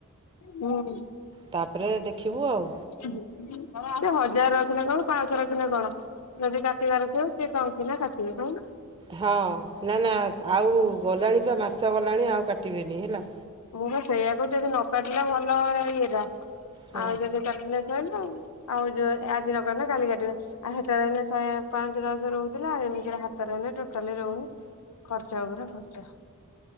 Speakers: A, on the left; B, on the right.
A: ହୁଁ। <unintelligible>
B: ତାପରେ ଦେଖିବୁ ଆଉ
A: ସେଇ ହଜାର ରଖିଲେ କଣ ପାଁଶହ ରଖିଲେ କଣ। ଯଦି କାଟିବାରଥିବ ସିଏ <unintelligible> ନା କାଟିବେ କୋହୁନୁ।
B: ହଁ ନା ନା ଆଉ ଗଲାଣି ପା ମାସ ଗଲାଣି ଆଉ କାଟିବେନି ହେଲା।
A: ମୁଁ ପା ସେୟା କୋ ଯଦି ନ କାଟିଲା ଭଲ ଇଏଟା
B: ହଁ
A: ଆଉ ଯଦି କାଟିଲେ ସଇିଲା ଆଉ। ଆଉ ଯୋ ଏ ଆଜି ନ କାଟିଲେ କାଲି କାଟିବେ। ଆଉ ହେଟାରେ ହେନେ ଶୟା ପାଞ୍ଚ ଦଶ ରୋହୁଥିଲା ଏମିତିରେ ହାତରେ ହେନେ ଟୋଟାଲି ରୋହୁନି। ଖର୍ଚ୍ଚ ଉପରେ ଖର୍ଚ୍ଚ।